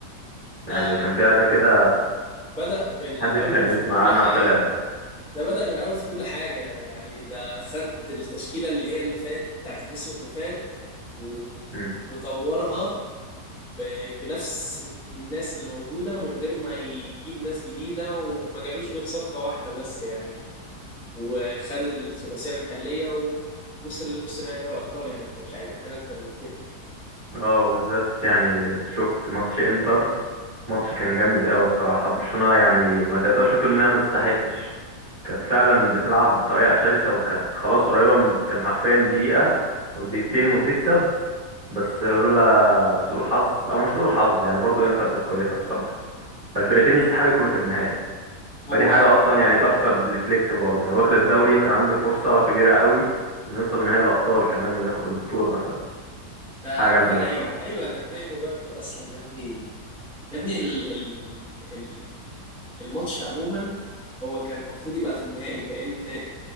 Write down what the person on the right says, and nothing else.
يعني
كان في لعيبه كده
محدش كان يسمع
عنها
طلعت
امم
اه وبالذات يعني شفت ماتش انتر ماتش كان جامد قوي بصراحة برشلونة يعني ما تقدرش تقول انها ما تستحقش كانت فعلا بتلعب بطريقة شرسة وكانت خلاص قريبة من كان حرفيا دقيقة او دقيقتين وتكسب بس لولا سوء الحظ او مش سوء الحظ يعني برضو انتر كانت كويسة بصراحة فالفرقتين يستحقوا يكونوا في النهائي
فدي حاجة اصلا يعني تحسب لفليك برضو انه واخد الدوري وكان عنده فرصة كبيرة قوي انه يوصل لنهائي الابطال كمان وياخد البطولة
فحاجة
جامدة أوي بصراحة